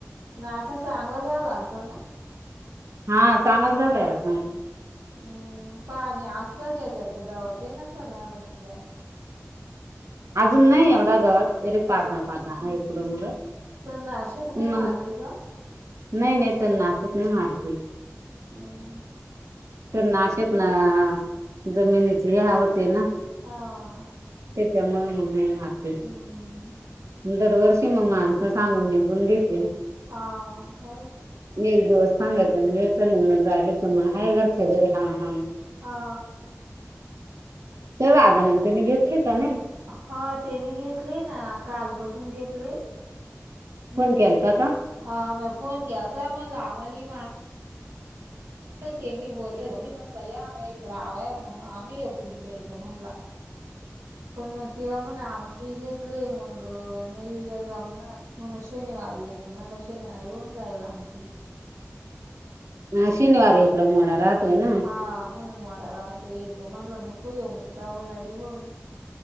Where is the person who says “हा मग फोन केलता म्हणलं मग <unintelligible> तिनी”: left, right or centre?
Right